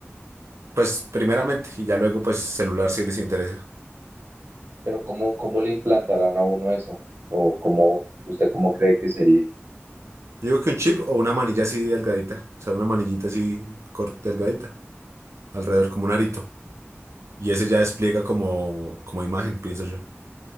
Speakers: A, on the right (about 85°); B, on the right (about 60°).
A: Pues primeramente, y ya luego pues celular si les interesa.
B: Pero ¿cómo, cómo le implantarán a uno eso? ¿O cómo, usted cómo cree que sería?
A: Yo digo que un chip o una manilla así delgadita, o sea, una manillita así cort- delgadita, alrededor como un arito. Y ese ya despliega como, como imagen, pienso yo.